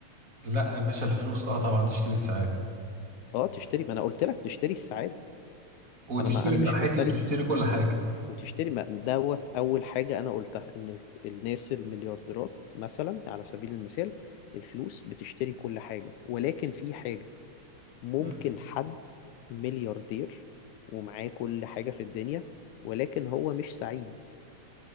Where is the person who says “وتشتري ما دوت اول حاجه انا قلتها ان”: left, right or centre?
Left